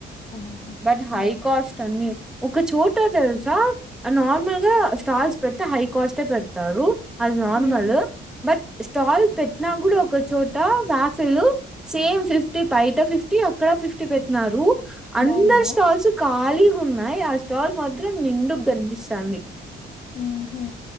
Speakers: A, on the left (about 35°); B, in the centre.
A: ఆహా!
B: బట్ హై
A: హ్మ్.
B: కాస్ట్ అన్ని ఒక చోట తెలుసా నార్మల్ గా స్టాల్స్ పెడితే హై కాస్ట్ ఏ పెడతారు. అది నార్మల్
A: హ్మ్.
B: బట్ స్టాల్ పెట్టినా కూడా ఒక చోట బ్యా సైడ్ సేమ్ ఫిఫ్టీ బయట ఫిఫ్టీ అక్కడ ఫిఫ్టీ పెట్నారు. అందరు
A: బావుందా?
B: స్టాల్స్ ఖాళీ ఉన్నాయి ఆ స్టాల్ మాత్రం నిండుగ కనిపిస్తాంది.
A: ఉహు